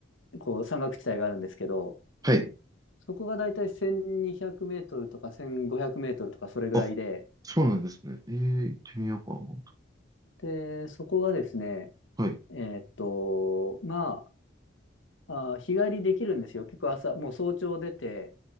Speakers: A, on the left; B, on the right.
A: こう山岳地帯があるんですけど、
B: はい。
A: そこがだいたい1200メートルとか1500メートルとかそれぐらいで、
B: あ、そうなんですね。えー、行ってみようかな。今
A: で、そこがですね、
B: 度はい。
A: えーっと、まあ、あー、日帰りできるんですよ。結構朝、もう早朝出て、